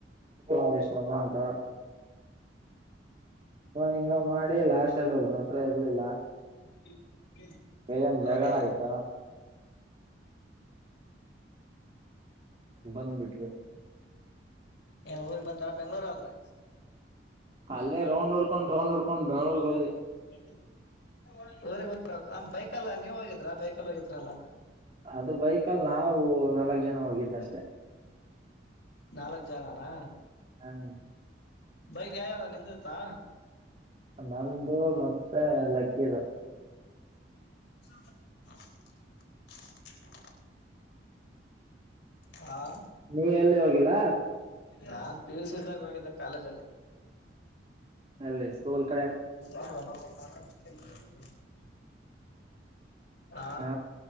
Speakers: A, on the right; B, on the left.
A: ಒಂದಷ್ಟ ಅಮ್ಮ ಅಂತ ಹಂಗ ಮಾಡ ಡೇ ಲಾಸ್ಟ್ ಅಲ್ಲಿ ಒಬ್ಬನ ಹತ್ರ ಇರ್ಲಿಲ್ಲ
B: <inaudible>
A: ಕೈಯೊಂದ್
B: ಹೌದಾ
A: ಜಗಳ ಆಯ್ತಾ ಬಂದ್ಬಿಡ್ಲಿ <inaudible>
B: ಏನ್ ಊರಿಗೆ ಬಂದ್ರ ಬೆಂಗ್ಳೂರ್ ಹೂದ್ರೆ
A: ಅಲ್ಲೇ ರೌಂಡ್ ಹೊಡ್ಕೊಂಡ್ ರೌಂಡ್ ಹೊಡ್ಕೊಂಡ್ ಬೆಂಗ್ಳೂರ್ಗ್ ಹೋದ್ವಿ
B: <inaudible> ಬರ ಬ ಆ ಬೈಕಲ್ಲಾ ನೀವ್ ಹೋಗಿದ್ರ ಬೈಕಲ್ಲ ಹೋಗಿದ್ರಲ್ಲಾ
A: ಅದು ಬೈಕ್ಲ್ಲಿ ನಾವು ನಾಲ್ಕ್ ಜನ ಹಗಿದ್ದಷ್ಟೆ
B: ನಾಲ್ಕ ಜನಾನಾ
A: ಹ್ಮ್
B: ಬೈಕ್ ಯಾವ್ಯಾರ ನಿಂದತ್ತಾ
A: ನಂದು ಮತ್ತೆ ಲಕ್ಕೀಿದ
B: ಸ <unintelligible> ಹಾ
A: ನೀವೆ ಎಲ್ಲಿ ಹೋಗಿಲ್ಲ
B: ನಾನ್ ಪೀಯುಸಿದ್ದಾಗ ಹೋಗಿದ್ದೆ ಕಾಲಜಾಲೆ
A: ಅಲ್ಲಿ ಸ್ೋಲ್ಪ
B: <unintelligible> ಹಾ
A: ಹ